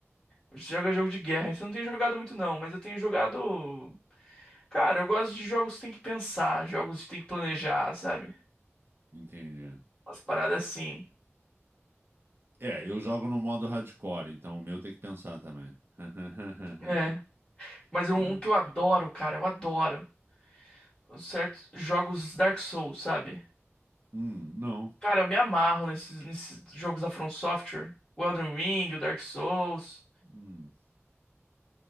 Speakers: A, on the left; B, on the right.
A: a gente joga jogo de guerra. Isso eu não tenho jogado muito, não, mas eu tenho jogado. Cara, eu gosto de jogos que tem que pensar, jogos que tem que planejar, sabe?
B: entendi.
A: Umas paradas assim.
B: É, é, eu jogo no modo hardcore, então o meu tem que pensar também. <laughs>
A: É. Mas um,
B: É.
A: um que eu adoro, cara, eu adoro. Os Certos jogos Dark Souls, sabe?
B: Hum, não.
A: Cara, eu me amarro nesses, nesses jogos da From Software. O Elden Ring, o Dark Souls,
B: Hum.